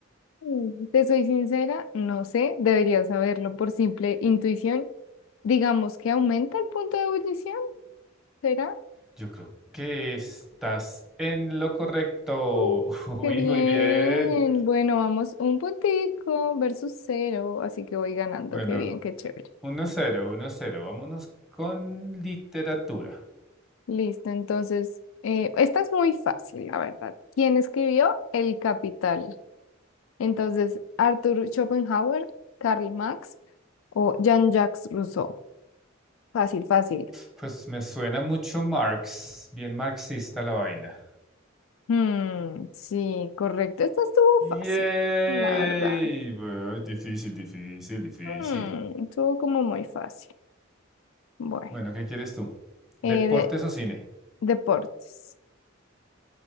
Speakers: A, on the left (about 75°); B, in the centre.
A: Mm, Te soy sincera, no sé, debería saberlo por simple intuición. Digamos que aumenta el punto de ebullición, ¿será?
B: Yo creo que estás en lo correcto.
A: Uh,
B: <laughs> Uy,
A: qué bien.
B: muy bien.
A: Bueno, vamos, un puntico versus cero, así que voy ganando.
B: Bueno,
A: Qué bien, qué chévere.
B: uno cero, uno cero, Vámonos con literatura.
A: Listo, entonces, eh, esta es muy fácil, la verdad. ¿Quién escribió El Capital? Entonces, Arthur Schopenhauer, Karl Marx o Jean-Jacques Rousseau. Fácil, fácil.
B: Pues me suena mucho Marx, bien marxista la vaina.
A: Mm, sí, correcto. Esta estuvo
B: Yay.
A: fácil, la verdad.
B: Bueno, difícil, difícil, difícil.
A: Mm, estuvo como muy fácil. Bueno,
B: Bueno, ¿qué quieres tú?
A: eh,
B: ¿Deportes
A: de,
B: o cine?
A: deportes.